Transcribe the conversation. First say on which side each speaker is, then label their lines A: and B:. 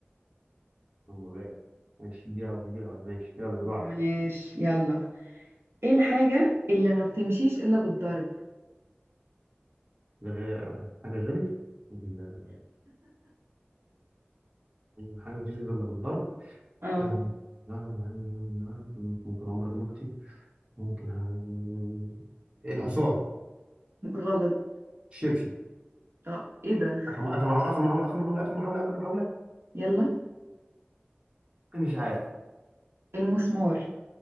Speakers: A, on the right; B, on the right.
A: اللهم بارك ماشي اديها هوا اديها هوا ماشي يلا اللي بعده
B: ماشي يلا ايه الحاجة اللي ما بتمشيش الا بالضرب
A: غ... حاجه غيري ال- حاجه مفيش غير اللي بالضرب
B: اه
A: أنا- لا، أنا- أنا- أنا ممكن عمرو بن اختي ممكن ه- الحصان
B: غلط
A: الشبشب
B: اه ايه ده
A: اخر م- اخر محاوله اخر محاوله اخر محاوله اخر محاوله اخر محاوله
B: يلا
A: أنا مش عارف
B: المسمار